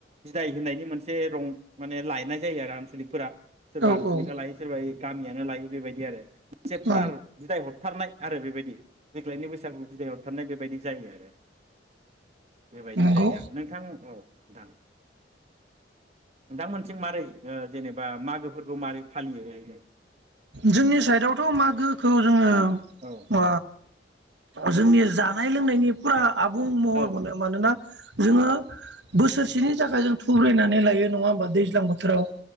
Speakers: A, on the right (about 35°); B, on the right (about 65°).
A: बिदाय होननायनि मोनसे रं माने लायनाय जायो आरो आनसलिकफोरा सोरबा
B: औ
A: आनसलिकआ
B: औ
A: लायो सोरबा गामियानो लायो बेबायदि आरो मोनसे फुरा
B: औ
A: बिदाय हरथारनाय आरो बेबायदि। देग्लायनि बैागु बिदायआव थानाय बेबायदि। जायो आरो। बेबायदि
B: नंगौ
A: जायो आरो नोंथां औ। नोथां नोंथां मोनथिं मारै ओ जेनेबा मागोफोरखौ मारै फालियोनो।
B: जोंनि साइडआवथ' मागोखौ जोङो
A: औ
B: ओ जोंनि जानाय लोंनायनि। फुरा। आबुं महर
A: औ
B: मोनो मानोना जोङो बोसोरसेनि थाखाय जों थुब्रायनानै लायो नङा होमबा दैज्लां बोथोराव।